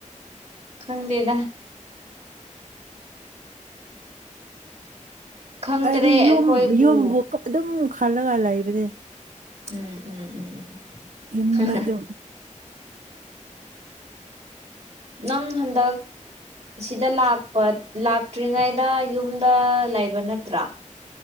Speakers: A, on the right; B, on the right.
A: ꯈꯪꯗꯦꯗ ꯈꯪꯗ꯭ꯔꯦ
B: ꯍꯥꯏꯗꯤ
A: ꯑꯩꯈꯣꯏꯕꯨ
B: ꯌꯣꯝ ꯌꯣꯝꯕꯨ ꯑꯗꯨꯝ ꯈꯜꯂꯒ ꯂꯥꯛꯏꯕꯅꯦ
A: ꯎꯝ ꯎꯝ ꯎꯝ
B: ꯌꯨꯝꯗ
A: ꯎꯝ
B: ꯑꯗꯨꯝ
A: ꯅꯪ ꯍꯟꯗ ꯑꯁꯤꯗ ꯂꯥꯛꯄ ꯂꯥꯛꯇ꯭ꯔꯤꯉꯩꯗ ꯌꯨꯝꯗ ꯂꯩꯕ ꯅꯠꯇ꯭ꯔꯥ